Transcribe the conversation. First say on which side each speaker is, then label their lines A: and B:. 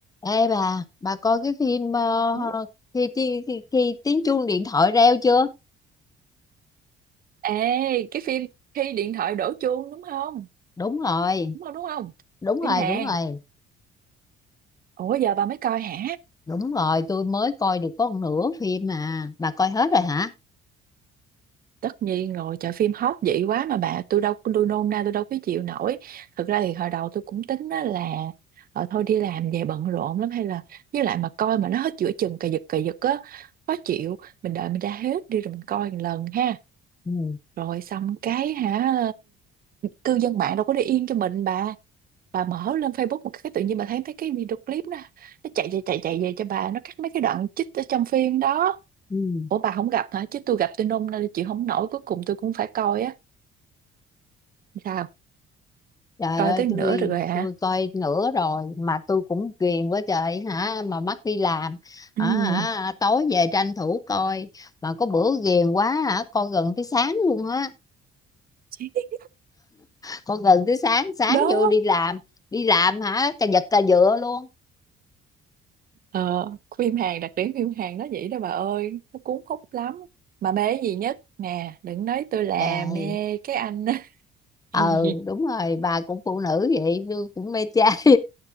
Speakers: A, on the left; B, on the right.
A: Ê bà, bà coi cái phim ờ,
B: Ừ.
A: khi, ti- khi, khi tiếng chuông điện thoại reo chưa?
B: Ê, cái phim khi điện thoại đổ chuông đúng không?
A: Đúng rồi,
B: Đúng không, đúng không?
A: đúng rồi,
B: Phim Hàn.
A: đúng rồi,
B: Ủa giờ bà mới coi hả?
A: đúng rồi, tôi mới coi được có một nửa phim mà. Bà coi hết rồi hả?
B: Tất nhiên rồi, trời phim hot vậy quá mà bà, tôi đâu tôi nôn na tôi đâu có chịu nổi. Thực ra thì hồi đầu tôi cũng tính á là ờ, thôi đi làm về bận rộn lắm hay là với lại mà coi mà nó hết giữa chừng cà giật cà giật á khó chịu mình đợi mình ra hết đi rồi mình coi một lần ha
A: Ừ.
B: rồi xong cái hả cư dân mạng đâu có để yên cho mình bà bà mở lên Facebook một cái tự nhiên bà thấy mấy cái video clip đó nó chạy chạy chạy chạy về cho bà nó cắt mấy cái đoạn chích ở trong phim đó
A: Ừ.
B: ủa bà không gặp hả chứ tôi gặp tôi nôn nên chịu không nổi cuối cùng tôi cũng phải coi á sao
A: Trời
B: coi
A: ơi,
B: tới nửa
A: tôi
B: được rồi hả
A: tôi coi nửa rồi mà tôi cũng ghiền quá trời hả, mà mắc đi làm. À,
B: ừ
A: hả, tối về tranh thủ coi mà có bữa ghiền quá hả, coi gần tới sáng luôn á.
B: <laughs>
A: Coi gần tới sáng, sáng
B: đó
A: vô đi làm, đi làm hả, cà giật cà dựa luôn
B: ờ, phim Hàn đặc điểm phim Hàn nó vậy đó bà ơi nó cuốn hút lắm mà mê cái gì nhất nè đừng nói tôi là
A: trời
B: mê cái anh <laughs>
A: ừ đúng rồi bà cũng phụ nữ vậy tôi cũng mê trai